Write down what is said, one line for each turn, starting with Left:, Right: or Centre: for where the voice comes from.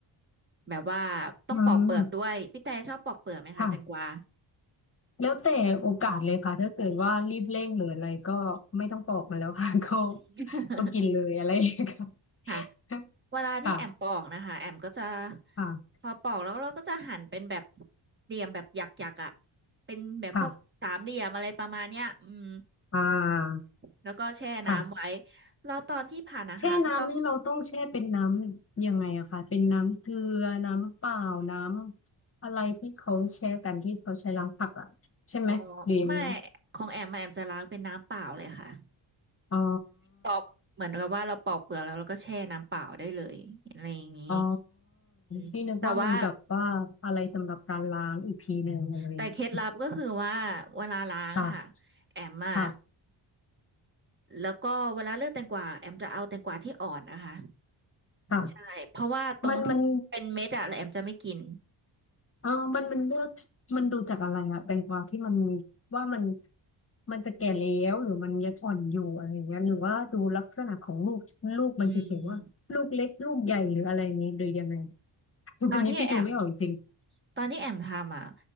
Right: แบบว่าต้องปอกเปลือกด้วยพี่แต่ชอบปอกเปลือกไหมคะแตงกวา
Left: อืมค่ะแล้วแต่โอกาสเลยค่ะถ้าเกิดว่ารีบเร่งหรืออะไรก็ไม่ต้องปอกมันแล้วค่ะ <laughs> ก็
Right: <laughs>
Left: ก็กินเลยอะไรอย่างเงี้ยค่ะ
Right: ค่ะ
Left: <laughs>
Right: เวลาที่แอมปอกนะคะแอมก็จะ
Left: ค่ะค่ะ
Right: พอปอกแล้วเราก็จะหั่นเป็นแบบเหลี่ยมแบบหยักๆอ่ะเป็นแบบพวกสามเหลี่ยมอะไรประมาณเนี้ยอืม
Left: ค่ะอ่า
Right: แล้วก็แช่น้ำไว้
Left: ค่ะ
Right: แล้วตอนที่ผ่านนะคะก็ต้อง
Left: แช่น้ำนี่เราต้องแช่เป็นน้ำยังไงอะคะเป็นน้ำเกลือน้ำเปล่าน้ำอะไรที่เขาแช่กันที่เขาใช้ล้างผักอะใช่ไหมหรือยังไง
Right: อืมอ๋อไม่ของแอมอะแอมจะล้างเป็นน้ำเปล่าเลยค่ะ
Left: อ๋อ
Right: ปอกเหมือนกับว่าเราปอกเปลือกแล้วเราก็แช่น้ำเปล่าได้เลยอะไรอย่างนี้
Left: อ๋อ
Right: อืมแต่ว่า
Left: พี่นึกว่ามีแบบว่าอะไรสำหรับการล้างอีกทีหนึ่งอะไรอย่างเงี้ย
Right: แต่เคล็ดลับก็คือว่าเวลาล้างอะค่ะ
Left: ค่ะ
Right: แอมอะ
Left: ค่ะ
Right: แล้วก็เวลาเลือกแตงกวาแอมจะเอาแตงกวาที่อ่อนนะคะ
Left: ค่ะค่ะ
Right: ใช่เพราะว่าตรงที่เป็นเม็ดอะแล้วแอมจะไม่กิน
Left: มันมันอ๋อมันมันเลือกมันดูจากอะไรอะแตงกวาที่มันว่ามันมันจะแก่แล้วหรือมันยังอ่อนอยู่อะไรอย่างเงี้ยหรือว่าดูลักษณะของลูกลูกมันเฉยๆว่าลูกเล็กลูกใหญ่หรืออะไรอย่างเงี้ยโดยยังไง
Right: อืม
Left: <laughs>
Right: ตอนที่แอม
Left: อันนี้พี่ดูไม่ออกจริง
Right: ตอนที่แอมทำอ่ะ